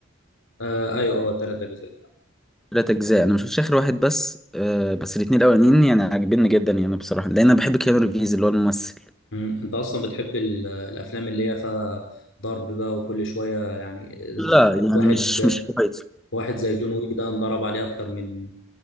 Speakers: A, on the left; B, in the centre.
A: آه ايوه اه تلات اجزاء
B: ثلاث اجزاء انا ما شفتش اخر واحد بس آه بس الاثنين الاولانيين يعني عاجبني جدا يعني بصراحه لان انا بحب كيانو ريفيز اللي هو الممثل
A: مم. انت اصلا بتحب ال- الافلام اللي هي فيها ضرب بقى وكل شويه يعني
B: لا يعني
A: واحد
B: مش مش كويس
A: واحد زي جون ويك ده انضرب عليه اكتر من